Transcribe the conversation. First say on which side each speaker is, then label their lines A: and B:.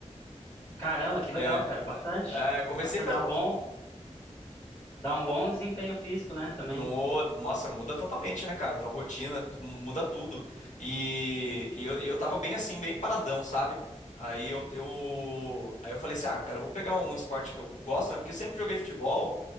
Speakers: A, on the left; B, on the left.
A: Caramba, que
B: É,
A: legal, cara, bastante.
B: é, comecei
A: Bastante,
B: faz
A: dá
B: pouco.
A: um bom, dá um bom desempenho físico, né, também.
B: No, nossa, muda totalmente, né, cara? Tua rotina, tu- muda tudo. E, e, eu, e eu tava bem assim, bem paradão, sabe? Aí eu, eu, aí eu falei assim, ah, cara, eu vou pegar um um esporte que eu gosto, né? Porque eu sempre joguei futebol